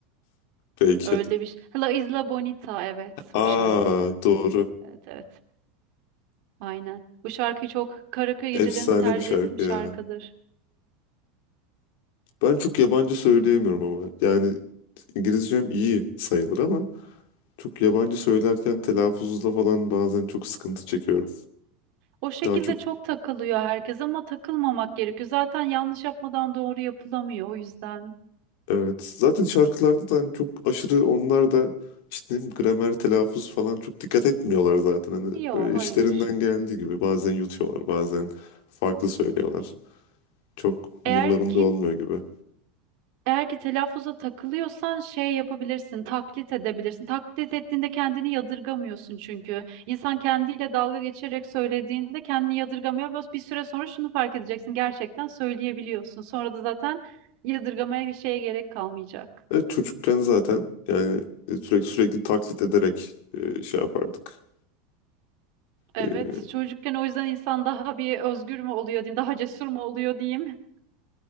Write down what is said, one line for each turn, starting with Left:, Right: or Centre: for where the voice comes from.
Left: <laughs> Belki.
Right: Öyle bir ş- La Isla Bonita evet
Left: Aa
Right: bu şarkıydı.
Left: doğru.
Right: Evet evet. Aynen. Bu şarkıyı çok karaköy gecelerinde
Left: Efsane
Right: tercih
Left: bir şarkı
Right: ettiğim şarkıdır.
Left: ya. Ben çok yabancı söyleyemiyorum ama. Yani İngilizcem iyi sayılır ama çok yabancı söylerken telaffuzda falan bazen çok sıkıntı çekiyorum.
Right: O şekilde
Left: Daha çok
Right: çok takılıyor herkes ama takılmamak gerekiyor. Zaten yanlış yapmadan doğru yapılamıyor o yüzden.
Left: Evet. Zaten şarkılarda da hani çok aşırı onlar da işte gramer, telaffuz falan çok dikkat etmiyorlar zaten. Hani
Right: Yok,
Left: öyle
Right: hayır.
Left: işlerinden geldiği gibi bazen yutuyorlar, bazen farklı söylüyorlar. Çok
Right: Eğer
Left: umurlarında
Right: ki
Left: olmuyor gibi.
Right: eğer ki telaffuza takılıyorsan şey yapabilirsin, taklit edebilirsin. Taklit ettiğinde kendini yadırgamıyorsun çünkü. İnsan kendiyle dalga geçerek söylediğinde kendini yadırgamıyor. Biraz bir süre sonra şunu fark edeceksin. Gerçekten söyleyebiliyorsun. Sonra da zaten yadırgamaya bir şeye gerek kalmayacak.
Left: Evet, çocukken zaten yani e, sürekli sürekli taklit ederek e, şey yapardık.
Right: Evet,
Left: E,
Right: çocukken o yüzden insan daha bir özgür mü oluyor diyeyim, daha cesur mu oluyor diyeyim.